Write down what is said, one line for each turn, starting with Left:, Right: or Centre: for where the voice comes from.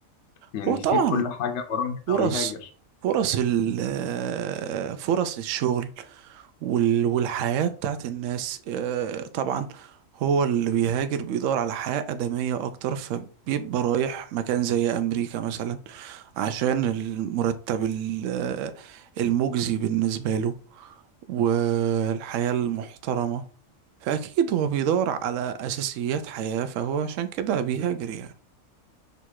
Left: يعني
Right: هو طبعا
Left: يسيب كل حاجه وراه هنا
Right: فرص
Left: ويهاجر
Right: فرص ال فرص الشغل وال- والحياة بتاعت الناس آه، طبعا هو اللي بيهاجر بيدور على حياة آدمية أكتر فبيبقى رايح مكان زي أمريكا مثلا عشان المرتب ال- آه، المجزي بالنسبة له والحياة المحترمة فأكيد هو بيدور على أساسيات حياة فهو عشان كده بيهاجر يعني